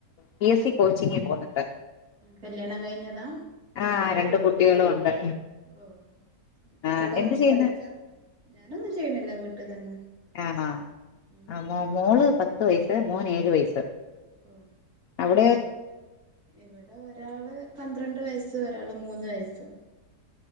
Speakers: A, on the left (about 65°); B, on the right (about 65°).
A: പി എസ് സി കോച്ചിങ്ങ്ന് പോന്നുണ്ട്.
B: കല്യാണം കഴിഞ്ഞതാ
A: ആഹ് രണ്ട് കുട്ടികളുണ്ട്.
B: ഓ കുട്ടികള്
A: ആഹ് എന്ത് ചെയ്യുന്ന്?
B: പഠിക്കാ ഞാനൊന്നും ചെയ്യണില്ല. വീട്ടിൽ തന്നെ.
A: ആണോ
B: ഉം
A: ആ മോള് പത്ത് വയസ്സ്. മോന് ഏഴ് വയസ്സ്.
B: ഉം
A: അവിടെ
B: ഇവിടെ ഒരാള് പന്ത്രണ്ട് വയസ്സ്. ഒരാള് മൂന്ന് വയസ്സ്.